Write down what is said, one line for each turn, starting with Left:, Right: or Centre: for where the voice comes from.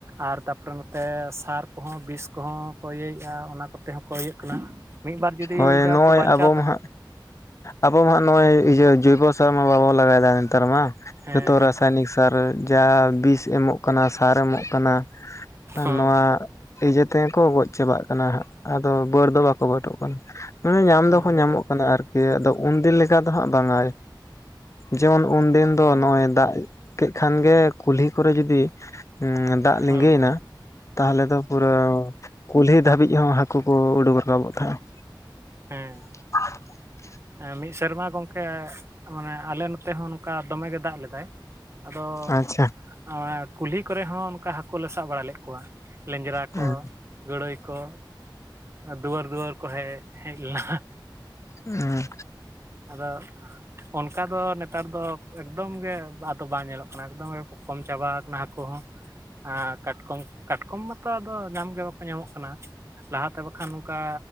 Right: ᱟᱨ ᱛᱟᱯᱚᱨᱮ ᱱᱚᱛᱮ ᱥᱟᱨ ᱠᱚᱦᱚᱸ ᱵᱤᱥ ᱠᱚᱦᱚᱸ ᱠᱚ ᱤᱭᱟᱹᱭᱮᱭᱟ ᱚᱱᱟ ᱠᱚᱛᱮ ᱦᱚᱸ ᱠᱚ ᱤᱭᱟᱹᱜ ᱠᱟᱱᱟ᱾ ᱢᱤᱫ ᱵᱟᱨ ᱡᱩᱫᱤ
Left: ᱦᱳᱭ
Right: ᱡᱟ
Left: ᱱᱚᱜ-ᱚᱭ
Right: ᱠᱚ ᱵᱟᱧᱪᱟᱣ
Left: ᱟᱵᱚ ᱢᱟ ᱦᱟᱸᱜ ᱟᱵᱚ ᱢᱟ ᱱᱚᱜ-ᱚᱭ ᱤᱭᱟᱹ ᱡᱚᱭᱵᱚᱥᱟᱨ ᱢᱟ ᱵᱟᱵᱚᱱ ᱞᱟᱜᱟᱭᱮᱫᱟ ᱱᱮᱛᱟᱨ ᱢᱟ
Right: ᱦᱮᱸ
Left: ᱡᱚᱛᱚ
Right: ᱦᱮᱸ
Left: ᱨᱟᱥᱟᱭᱚᱱᱤᱠ᱾ ᱟᱨ ᱡᱟᱦᱟ ᱵᱤᱥ ᱮᱢᱚᱜ ᱠᱟᱱᱟ ᱥᱟᱨ ᱮᱢᱚᱜ ᱠᱟᱱᱟ
Right: ᱦᱩᱸ
Left: ᱱᱚᱣᱟ᱾ ᱤᱭᱟᱹ ᱛᱮᱜᱮ ᱠᱚ ᱜᱚᱡ ᱪᱟᱵᱟᱜ ᱠᱟᱱᱟ ᱦᱟᱜ ᱟᱫᱚ ᱵᱟᱹᱲ ᱫᱚ ᱵᱟᱠᱚ ᱵᱟᱹᱴᱚᱜ ᱠᱟᱱᱟ᱾ ᱢᱟᱱᱮ ᱧᱟᱢ
Right: ᱦᱩᱸ
Left: ᱫᱚᱠᱚ ᱧᱟᱢᱚᱜ ᱠᱟᱱᱟ ᱟᱨᱠᱤ ᱟᱫᱚ ᱩᱱᱫᱤᱱ ᱞᱮᱠᱟ ᱫᱚ ᱦᱟᱸᱜ ᱵᱟᱝᱟ᱾ ᱡᱮᱢᱚᱱ ᱩᱱᱫᱤᱱ ᱫᱚ
Right: ᱦᱮᱸ
Left: ᱱᱚᱜ-ᱚᱭ ᱫᱟᱜ ᱠᱮ ᱠᱷᱟᱱ ᱜᱮ ᱠᱩᱞᱦᱤ ᱠᱚᱨᱮ ᱡᱩᱫᱤ᱾ ᱦᱩᱸ ᱫᱟᱜ ᱞᱤᱸᱜᱟᱹᱭᱮᱱᱟ
Right: ᱦᱩᱸ ᱦᱩᱸ
Left: ᱛᱟᱦᱞᱮ ᱫᱚ ᱯᱩᱨᱟᱹ᱾ ᱠᱩᱞᱦᱤ ᱫᱷᱟᱹᱵᱤᱡ ᱦᱚᱸ ᱦᱟᱹᱠᱩ ᱠᱚ ᱩᱰᱩᱠ ᱨᱟᱠᱟᱵᱚᱜ ᱛᱟᱦᱮᱸᱜ-ᱟ᱾
Right: ᱦᱮᱸ
Left: <unintelligible>
Right: ᱮ ᱢᱤᱫ ᱥᱮᱨᱢᱟ ᱜᱚᱝᱠᱮ᱾ ᱢᱟᱱᱮ ᱟᱞᱮ ᱱᱚᱛᱮ ᱦᱚᱸ ᱱᱚᱝᱠᱟ ᱫᱚᱢᱮ ᱜᱮ ᱫᱟᱜ ᱞᱮᱫᱟᱭ ᱟᱫᱚ᱾
Left: ᱟᱪᱪᱷᱟ
Right: <unintelligible> ᱠᱩᱞᱦᱤ ᱠᱚᱨᱮ ᱦᱚᱸ ᱚᱱᱠᱟ ᱦᱟᱹᱠᱩ ᱞᱮ ᱥᱟᱵ ᱵᱟᱲᱟ ᱞᱮᱫ ᱠᱚᱣᱟ ᱞᱮᱸᱡᱨᱟ
Left: ᱦᱮᱸ
Right: ᱠᱚ ᱜᱟᱹᱲᱟᱹᱭ ᱠᱚ ᱫᱩᱣᱟᱹᱨ ᱫᱩᱣᱟᱹᱨ ᱠᱚ ᱦᱮᱡ ᱦᱮᱡ ᱞᱮᱱᱟ᱾
Left: ᱦᱮᱸ
Right: ᱟᱫᱚ ᱚᱱᱠᱟ ᱫᱚ ᱱᱮᱛᱟᱨ ᱫᱚ ᱮᱠᱫᱚᱢ ᱜᱮ ᱟᱫᱚ ᱵᱟᱝ ᱧᱮᱞᱚᱜ ᱠᱟᱱᱟ ᱮᱠᱫᱚᱢ ᱜᱮ ᱠᱚᱢ ᱪᱟᱵᱟ ᱟᱠᱟᱱᱟ ᱦᱟᱹᱠᱩ ᱦᱚᱸ᱾ ᱟᱨ ᱠᱟᱴᱠᱚᱢ ᱠᱟᱴᱠᱚᱢ ᱢᱟᱛᱚ ᱟᱫᱚ ᱧᱟᱢ ᱜᱮ ᱵᱟᱠᱚ ᱧᱟᱢᱚᱜ ᱠᱟᱱᱟ᱾ ᱞᱟᱦᱟᱛᱮ ᱵᱟᱠᱷᱟᱱ ᱱᱚᱝᱠᱟ